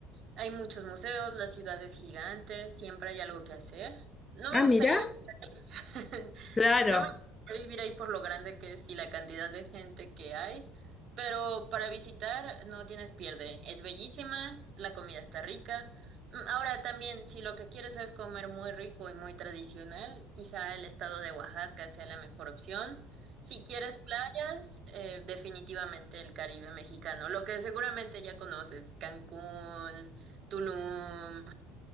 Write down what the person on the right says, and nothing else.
hay muchos museos, la ciudad es gigante, siempre hay algo que hacer. No
me gustaría
<laughs>
Sí, no me gustaría vivir ahí por lo grande que es y la cantidad de gente que hay, pero para visitar no tienes pierde. Es bellísima, la comida está rica. Mm, Ahora también, si lo que quieres es comer muy rico y muy tradicional, quizá el estado de Oaxaca sea la mejor opción. Si quieres playas, eh, definitivamente el Caribe mexicano, lo que seguramente ya conoces, Cancún, Tulum.